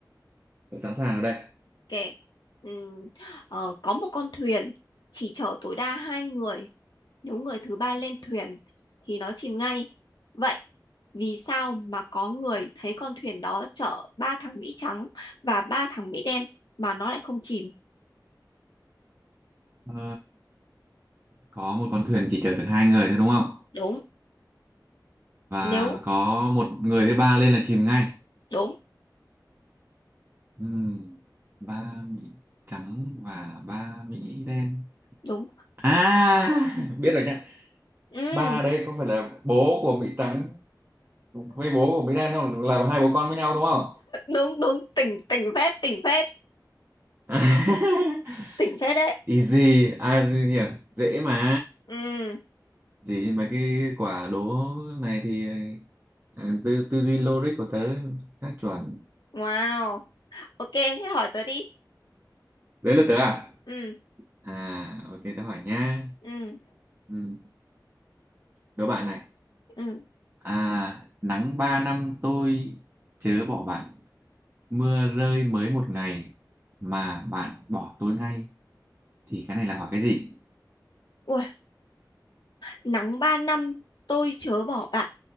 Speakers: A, on the right; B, on the left.
A: tôi sẵn sàng ở đây.
B: Ok. Ừm, ờ, có một con thuyền chỉ chở tối đa hai người. Nếu người thứ ba lên thuyền thì nó chìm ngay. Vậy vì sao mà có người thấy con thuyền đó chở ba thằng Mỹ trắng và ba thằng Mỹ đen mà nó lại không chìm?
A: Ờ, có một con thuyền chỉ chở được hai người thôi đúng không?
B: Đúng.
A: Và
B: nếu
A: có một người thứ ba lên là chìm ngay.
B: đúng
A: Ừm, ba Mỹ trắng và ba Mỹ đen.
B: đúng
A: À, <laughs> biết rồi nha.
B: ừ,
A: Ba đây có phải là bố của Mỹ trắng với bố của Mỹ đen không? Là hai bố con với nhau đúng không?
B: đúng đúng tỉnh tỉnh phết tỉnh phết
A: <laughs>
B: tỉnh phết đấy
A: Easy, ai hiểu, dễ mà.
B: ừ,
A: gì mấy cái quả đố này thì ờ, tư tư duy logic của tớ khá chuẩn
B: wow ok thế hỏi tớ đi
A: đấy là tớ à
B: ừ
A: à ok tớ hỏi nha
B: ừ
A: ừ, đố bạn này
B: ừ
A: à nắng ba năm tôi chớ bỏ bạn mưa rơi mới một ngày mà bạn bỏ tôi ngay thì cái này là hỏi cái gì
B: ui nắng ba năm tôi chớ bỏ bạn